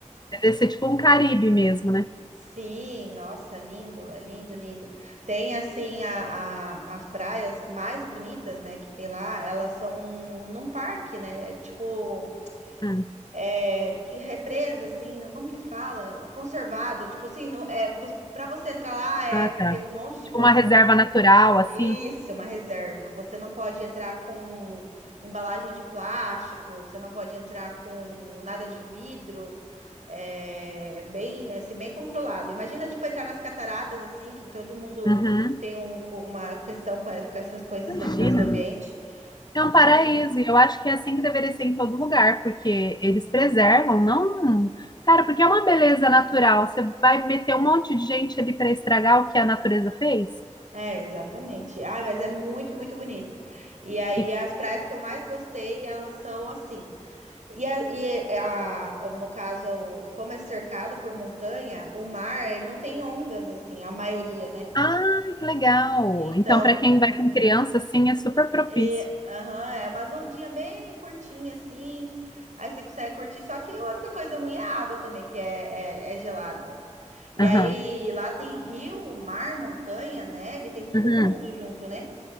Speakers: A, on the left; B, on the right.
A: deve ser tipo um Caribe mesmo, né?
B: Sim, nossa, é lindo, é lindo, lindo. Tem, assim, a, a- as praias mais bonitas, né, que tem lá, elas são num parque, né, é tipo...
A: Hum,
B: É, de represa, assim, como que fala? Conservado, tipo assim, não, é, para você entrar lá, é,
A: ah, tá.
B: tem um monte de
A: Tipo
B: coisa
A: uma reserva
B: no
A: natural, assim.
B: Isso, uma reserva. Você não pode entrar com embalagem de plástico, você não pode entrar com nada de vidro. É bem, assim, bem controlado. Imagina, tipo, entrar nas cataratas, assim, que todo mundo
A: Uhum.
B: tem um- uma questão com essa- com essas coisas,
A: Imagina.
B: né, por causa do ambiente.
A: É um paraíso,
B: E-
A: e eu acho que é assim que deveria ser em todo lugar, porque eles preservam, não. Cara, porque é uma beleza natural. Você vai meter um monte de gente ali para estragar o que a natureza fez?
B: é, exatamente. Ai, mas é muito, muito bonito. E aí,
A: E...
B: as praias que eu mais gostei, elas são assim. E, a- e a- no caso, como é cercado por montanha, o mar eh, não tem ondas, assim, a maioria, né?
A: Ah, que legal!
B: Então,
A: Então, para quem vai com criança, sim, é super propício.
B: é, aham, é umas ondinhas bem curtinha assim. Aí você consegue curtir. Só que a única coisa ruim é a água também, que é, é, é gelada. E
A: Aham.
B: aí lá tem rio, mar, montanha, neve, tem todo
A: Uhum.
B: mundo junto, né?